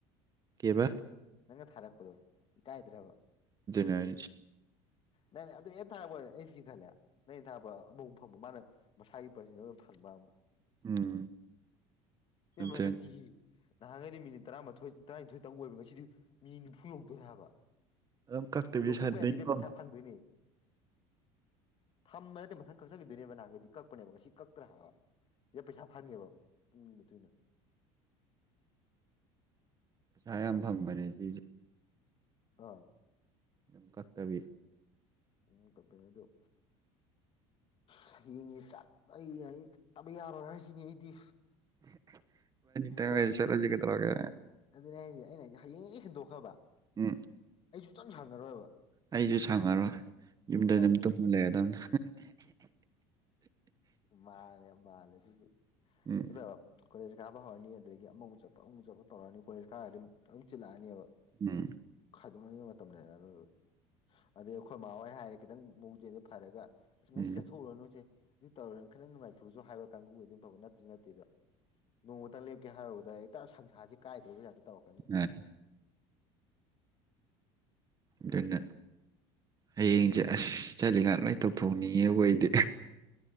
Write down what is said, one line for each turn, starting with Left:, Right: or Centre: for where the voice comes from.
Right: ꯀꯦꯕ
Left: ꯅꯪꯅ ꯊꯥꯔꯛꯄꯗꯣ ꯏꯀꯥꯏꯗ꯭ꯔꯕ
Right: ꯅꯥꯏꯖ
Left: ꯅ ꯑꯗꯨ ꯊꯥꯕ ꯆꯤꯡꯒꯂ ꯅ ꯊꯥꯕ ꯑꯃꯨꯛ ꯐꯪꯕ ꯃꯥꯅ ꯃꯁꯥꯒꯤ ꯄꯔꯁꯤꯗ ꯐꯪꯕ ꯑꯃ
Right: ꯎꯝ ꯑꯗꯨ
Left: ꯃꯅ ꯇꯌꯦ ꯅꯍꯥꯟꯈꯩꯩꯅ ꯃꯤꯅꯤꯠ ꯇꯔꯥꯃꯥꯊꯣꯏ ꯇꯔꯥꯅꯤꯊꯣꯏꯇꯪꯛ ꯑꯣꯏꯕ ꯉꯁꯤꯗꯤ ꯃꯤꯅꯤ ꯅꯤꯐꯨ ꯌꯧꯗꯣꯏꯦ ꯍꯥꯏꯕ
Right: ꯑꯗꯨꯝ ꯀꯛꯇꯕꯤ
Left: ꯇꯣꯛꯊꯣꯛꯄ
Right: ꯁꯥꯟꯅꯗꯣꯏꯅꯤꯀꯣ
Left: ꯌꯥꯗꯕ ꯄꯩꯁꯥ ꯐꯪꯗꯣꯏꯅꯦ ꯊꯝꯕ ꯅꯠꯇꯦ ꯃꯊꯪ ꯀꯛꯆꯈꯤꯗꯣꯏꯅꯦꯕ ꯅꯍꯥꯟꯒꯩꯗꯤ ꯀꯛꯄꯅꯦꯕ ꯉꯁꯤ ꯀꯛꯇ꯭ꯔꯥ ꯍꯥꯏꯕ ꯌꯥꯝ ꯄꯩꯁꯥ ꯐꯪꯉꯦꯕ ꯄꯨꯡꯒꯤ ꯃꯇꯨꯡ ꯏꯟꯅ
Right: ꯈꯌꯥꯝ ꯐꯪꯕꯅꯦ ꯁꯤꯁꯦ
Left: ꯑꯥ
Right: ꯑꯗꯨ ꯀꯛꯇꯕꯤ
Left: ꯎ ꯀꯄ ꯑꯗꯨꯣ ꯍꯌꯦꯡ ꯆꯠ ꯑꯩ ꯑꯩ ꯆꯠꯇꯕ ꯌꯥꯔꯣꯏ ꯍꯥꯏꯁꯤꯅꯤ ꯑꯩꯗꯤ
Right: ꯇ
Left: ꯇꯦꯟ
Right: ꯁꯔꯣꯖꯤ ꯀ ꯇꯔꯣꯒ
Left: ꯑꯗꯨꯅꯦ ꯍꯥꯏꯁꯦ ꯑꯩꯅꯁꯦ ꯍꯌꯦꯡ ꯍꯟꯗꯣꯛꯈ꯭ꯔꯕ
Right: ꯍ
Left: ꯆꯪ ꯁꯥꯟꯅꯔꯣꯏꯕ
Right: ꯑꯩꯁꯨ ꯁꯪꯉꯔꯣꯏ ꯌꯨꯝꯗ ꯑꯗꯨꯝ
Left: ꯍꯥꯏꯁꯦ
Right: ꯇꯨꯝꯕ ꯂꯩꯦꯗꯅ
Left: ꯃꯥꯅꯦꯦ ꯃꯥꯂꯦ ꯊ
Right: ꯎꯝ
Left: ꯑꯗ ꯀꯣꯂꯦꯖ ꯀꯥꯕ ꯍꯧꯔꯅꯤ ꯑꯗꯨꯗꯒꯤ ꯑꯃꯨꯃꯨꯛ ꯆꯠꯄ ꯑꯃꯨꯛ ꯆꯠꯄ ꯇꯧꯔꯛꯑꯅꯤ ꯀꯣꯂꯦꯖ ꯈꯔꯒ ꯑꯗꯨꯝ ꯆꯜꯂꯛꯑꯅꯦꯕ
Right: ꯎꯝ
Left: ꯆꯣꯛꯅꯅꯤꯡꯉ ꯃꯇꯝꯅꯤ ꯃꯇꯝꯅꯦꯅ ꯂꯣꯏꯕ ꯑꯗꯩ ꯑꯩꯈꯣꯏꯃꯥ ꯍꯣꯏ ꯍꯥꯏꯔꯦ ꯈꯤꯇꯪ ꯃꯕꯨ ꯆꯦꯜꯗ ꯐꯔꯒ ꯑꯁ ꯉꯁꯤ
Right: ꯎꯝ
Left: ꯆꯠꯊꯎꯨꯔꯅꯨꯁꯦ ꯑꯗꯨ ꯇꯧꯔꯅ ꯈꯈꯤꯅꯪ ꯅꯨꯡꯉꯥꯏꯊꯣꯛꯑꯁꯨ ꯍꯥꯏꯕ ꯀꯥꯡꯕꯨꯒꯤ ꯑꯗꯨꯝ ꯐꯕ ꯅꯠꯇ꯭ꯔ ꯅꯠꯇꯦꯗꯣ ꯅꯣꯡꯃꯇꯪ ꯂꯦꯞꯀꯦ ꯍꯥꯏꯔꯨꯕꯗ ꯏ ꯁꯪꯁꯥꯁ ꯀꯥꯏꯗ ꯄꯩꯥꯇ ꯇꯧꯔꯛꯀꯅꯤꯜꯂꯤ
Right: ꯃꯥꯅꯤ ꯑꯗꯨꯅ ꯍꯌꯦꯡꯁꯦ
Left: ꯑ
Right: ꯑꯁ ꯆꯠꯂꯤꯉꯥꯛ ꯂꯣꯏꯇꯧꯊꯣꯛꯅꯤꯡꯉꯦꯕ ꯑꯩꯗꯤ